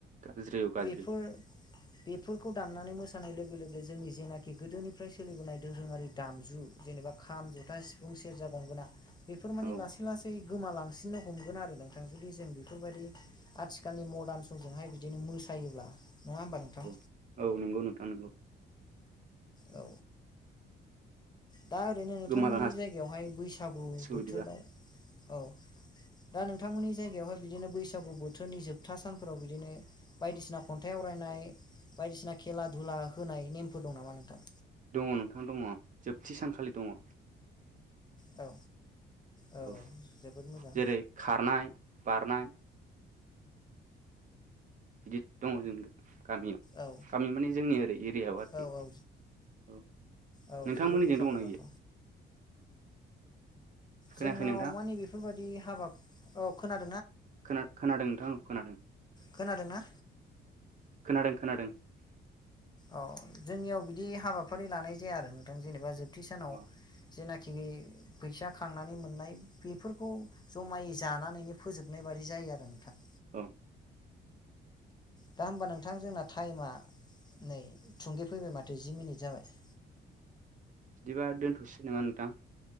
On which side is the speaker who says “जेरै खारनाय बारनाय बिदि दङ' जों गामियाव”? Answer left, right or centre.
Right